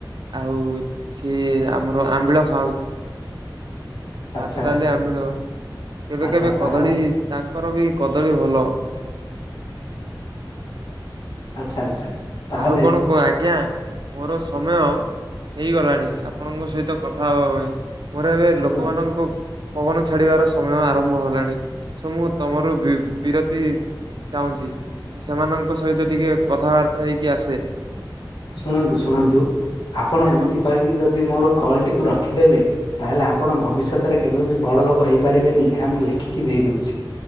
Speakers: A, on the right; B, on the left.
A: ଆଉ ସିଏ ଆମର ଆମ୍ବିଳ ଖାଉଚି । ଭାତ,
B: ଆଚ୍ଛା
A: ଡାଲି,
B: ଆଚ୍ଛା
A: ଆମ୍ବିଳ। କେବେ
B: ଆଚ୍ଛା
A: କେବେ କଦଳୀ
B: ତାହେଲେ
A: ତାଙ୍କର ବି କଦଳୀ ଭଲ।
B: ଆଚ୍ଛା ଆଚ୍ଛା ତାହେଲେ
A: ଆଉ କଣ କୁହ ଆଜ୍ଞା? ମୋର ସମୟ ହେଇଗଲାଣି, ଆପଣଙ୍କ ସହିତ କଥା ହବା ପାଇଁ ମୋର ଏବେ
B: ଶୁଣନ୍ତୁ
A: ଲୋକମାନଙ୍କୁ ପବନ ଛାଡିବାର ସମୟ ଆରମ୍ଭ ହେଲାଣି, ସେ ମୁଁ ତମର ବିରତି ଚାହୁଁଛି ମୁଁ ସେମାନଙ୍କ ସହିତ ଟିକେ କଥାବାର୍ତ୍ତା ହେଇକି ଆସେ।
B: ଶୁଣନ୍ତୁ ଶୁଣନ୍ତୁ ଆପଣ
A: କୁହନ୍ତୁ
B: ଏମିତି କହିକି ଯଦି ମୋର କଲ୍ଟିକୁ ରଖିଦେବେ ତାହେଲେ ଆପଣ ଭବିଷ୍ୟତରେ କେବେ ବି ବଡ଼ ଲୋକ ହେଇପାରିବେନି, ଏହା ମୁଁ ଲେଖିକି ଦେଇ ଦଉଛି।